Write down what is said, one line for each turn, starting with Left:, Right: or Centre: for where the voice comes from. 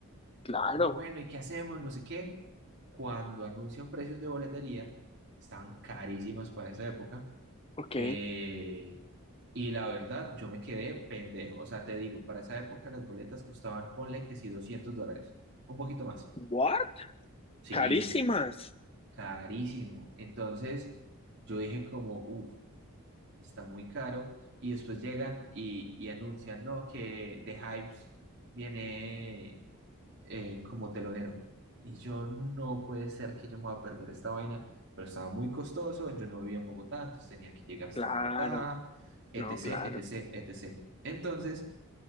Left: Claro.
Right: Como, bueno, ¿y qué hacemos? No sé qué. Cuando anuncian precios de boletería, estaban carísimas para esa época.
Left: Ok.
Right: eh, y la verdad, yo me quedé pendejo. O sea, te digo, para esa época las boletas costaban, ponle que sí, 200 dólares, un poquito más.
Left: What?
Right: Sí,
Left: Carísimas.
Right: carísimo. Entonces, yo dije como, uff, está muy caro. Y después llegan y, y anuncian, no, que The Hypes viene eh, como telonero. Y yo no puede ser que yo me voy a perder esta vaina, pero estaba muy costoso, yo no vivía en Bogotá, entonces tenía que llegar hasta
Left: Claro,
Right: Claro. Bogotá, etc.,
Left: no, claro,
Right: etc., etc. Entonces